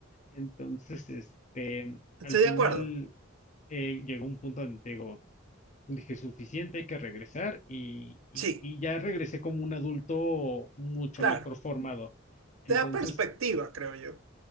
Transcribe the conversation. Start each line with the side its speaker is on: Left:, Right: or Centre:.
Left: Entonces, este,
Right: estoy
Left: al final
Right: de acuerdo.
Left: eh, llegó un punto donde te digo, dije, suficiente, hay que regresar y, y-
Right: Sí.
Left: y ya regresé como un adulto mucho
Right: Claro,
Left: mejor formado. Entonces,
Right: te da perspectiva, creo yo.